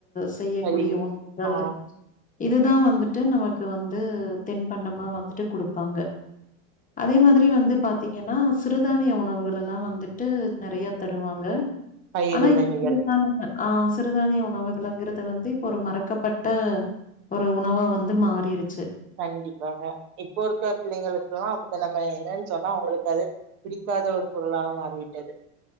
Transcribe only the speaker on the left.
செய்யக்கூடிய
ஒருக்கல்
இதுதா வந்துட்டு நமக்கு வந்து தின்பண்டமா வந்துட்டு குடுப்பாங்க அதே மாதிரி வந்து பாத்தீங்கன்னா சிறுதானிய உணவுகள் எல்லா வந்துட்டு நெறைய தருவாங்க
ஆனா <unintelligible>
ஆ சிறுதானிய உணவுகள்ங்கிறது வந்து இப்ப ஒரு மறக்கப்பட்ட ஒரு உணவா வந்து மாறிருச்சு